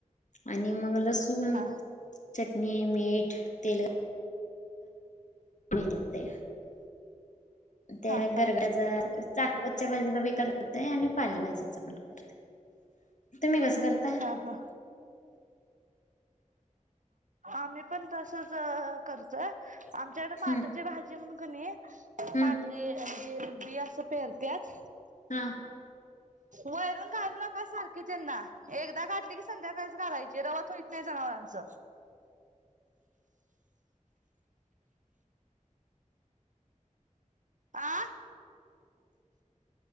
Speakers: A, on the left; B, on the right.
A: आणि मग रसवण
B: हा
A: चटणी मीठ तल मी देखते. त्या
B: हा हा
A: गरगाचा चाकवत. च्या भाजीचा बी करतेय. आणि पाली भाजीच पण करते. तुम्ही कसं करता?
B: हा हा आमही पण तसच करचय. आमच्याकडे माटरची
A: हम्म
B: भाजी म्हण काणी
A: हम्म
B: पांढरी जे बी असं पेरतत
A: हा
B: वैरून घालू नका सारखी त्यांना एकदा गाठली की संध्याकाळीच घालायची रवत होईत नाही जनावरांच. आं